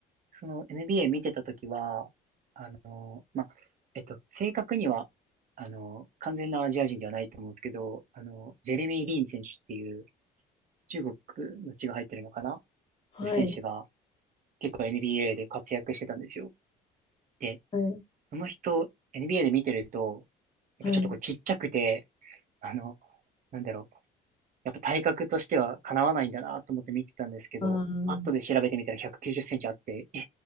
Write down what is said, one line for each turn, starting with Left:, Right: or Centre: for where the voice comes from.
Right: その NBA 見てた時は、あの、まあ、えっと、正確には、あの、完全なアジア人ではないと思うんですけど、あの、ジェレミー・リン選手っていう、中国の血が入ってるのかな
Left: はい、
Right: そういう選手が結構 NBA で活躍してたんですよ。で、
Left: はい、
Right: その人、NBA で見てると、やっぱちょっとこうちっちゃくて、
Left: はい。
Right: あの、なんだろう。やっぱ体格としては叶わないんだなと思って見てたんですけど、
Left: あー
Right: 後で調べてみたら190センチあって、え、